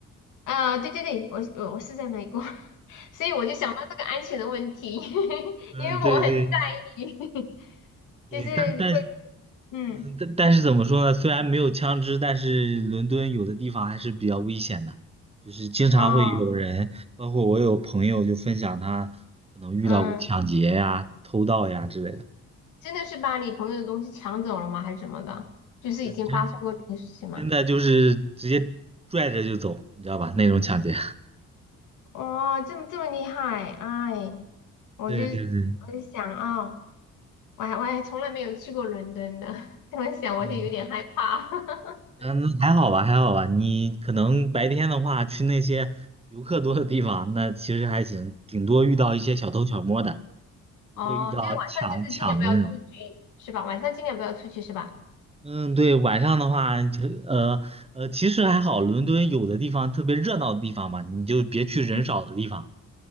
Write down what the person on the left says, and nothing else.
啊，对对对，我我我是在美国，<laughs> 所以我就想到这个安全的问题，<laughs>
因为我很。
<laughs>
就是会
嗯，
哦，
嗯，
真的是把你朋友的东西抢走了吗？还是怎么的？就是已经发生过这件事情吗？
哦，这么这么厉害，哎，我就
我就想啊、哦我还我还从来没有去过伦敦的，<laughs> 这么想我就有点害怕。
<laughs>
哦，就是晚上就是尽量不要出去，是吧？晚上尽量不要出去，是吧？
嗯，